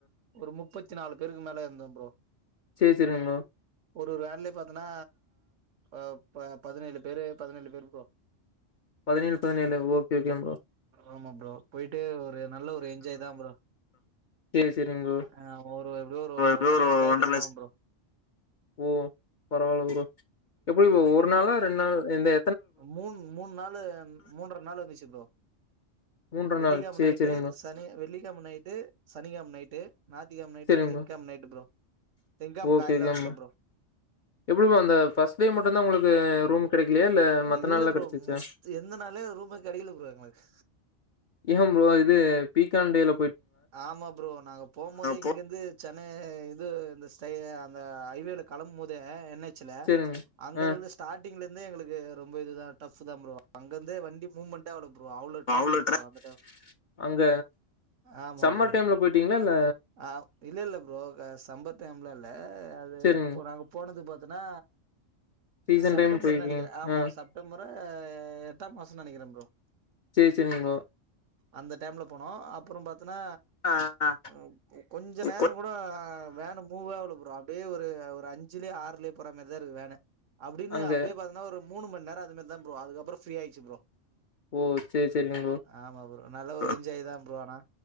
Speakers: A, on the right; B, on the left.
A: ஒரு முப்பத்தி நாலு பேருக்கு மேல இருந்தோ ப்ரோ
B: சேரி சேரிங் ப்ரோ
A: ஒருவொரு வேன்லே பாத்தனா ஆ இப்ப பதினேழு பேரு பதுனென்டு பேரு இருப்போ
B: பதினெழு பதினெழு ஓகே ஓகேன் ப்ரோ
A: ஆமா ப்ரோ போய்ட்டு ஒரு நல்ல ஒரு என்ஜாய்தா ப்ரோ
B: சேரி சேரிங்க ப்ரோ
A: அ ஒரு எப்டி ஒரு
B: ப்ரோ எப்டியோ
A: ஒன்ற
B: ஒரு
A: லட்ச்ருவா எட்த்துன்னு
B: லட்ச
A: போனோ ப்ரோ
B: ஓ பரவாயில்ல ப்ரோ எப்புடி ப்ரோ ஒரு நாளா ரெண் நாள் எந்தே
A: மூண் மூணு நாள் மூண்ற நாள் வந்துச்சு ப்ரோ
B: மூன்ற
A: வெள்ளிகெழ்ம்
B: நாள் சேரி
A: நைட்டு
B: சேரிங்க ப்ரோ
A: சனி வெள்ளிகெழமு நைட்டு சனிகெழ்ம் நைட்டு நாத்திகெழ்ம் நைட்டு
B: சேரிங்க
A: திங்கெழ்ம் நைட்டு ப்ரோ திங்கெழம
B: ஓகே
A: காலைல
B: எல்லாரிமா
A: வந்துட்டோ ப்ரோ
B: எப்டி ப்ரோ அந்த ஃபஸ்ட் டே மட்டுந்தா உங்களுக்கு ரூம் கெடைக்லியா இல்ல மத்த
A: இல்ல
B: நாள்லா
A: ப்ரோ
B: கெடச்சிச்சா
A: மொத்து எந்தநாளே ரூமு கெடைகல ப்ரோ எங்ளுக்
B: ஏன் ப்ரோ இது பீக்கான்டேல
A: ஆமா ப்ரோ நாங்க போம்போதே இங்கிர்ந்து
B: போ
A: சென்னே இது இந்த ஸ்டை அந்த ஹைவேல கெளம்போதே என்னய் சுல
B: சேரிங்க
A: அங்க
B: ஆ
A: இருந்து ஸ்டாடிங்ல இர்ந்தே எங்களுக்கு ரொம்ப இதுதா ஃடப்புதா ப்ரோ அங்கர்ந்தே வண்டி மூமெண் டே ஆவள ப்ரோ அவுளோ டிராபிக்
B: அவ்ளோ
A: ப்ரோ
B: ட்ரா
A: அந்த டைம்
B: அங்க
A: ஆமா
B: சம்மர்
A: ப்ரோ
B: டைம்ல போய்டீங்ளா இல்ல
A: ஆ இல்ல இல்ல ப்ரோ அ சம்பர் டைம்லா இல்ல அது
B: சேரிங்க
A: இப்போ நாங்க போனது பாத்துனா
B: சீசன்
A: அ செப்டம்பர்
B: டைம் போயிருக்கீங்க
A: நெனைக்கிற ஆமா
B: ஆ
A: சப் டம்பரா எட்டாம் மாசு நெனைக்கிறே ப்ரோ
B: சேர் செரிங்கோ
A: அந்த டைம்ல போனோ அப்புறோ பாத்தனா
B: ஆ ஆ
A: ம் கொஞ்சோ நேரங்கூட
B: கொ
A: வேன்னு மூவே ஆவுல ப்ரோ அப்டியே ஒரு ஒரு அஞ்சுலே ஆறுலே போற மாரிதா இருக்கு வேன்னு அப்டின்னு
B: அங்க
A: அப்டியே பாத்தன்ன ஒரு மூணுமண் நேரோ அது மாரிதா ப்ரோ ஆகுது அப்புறோ ஃப்ரீயாச்சு ப்ரோ
B: ஓ சேரி சேரிங்க
A: ஆமா ப்ரோ நல்ல ஒரு
B: ப்ரோ
A: என்ஜாய்தான் ப்ரோ ஆனா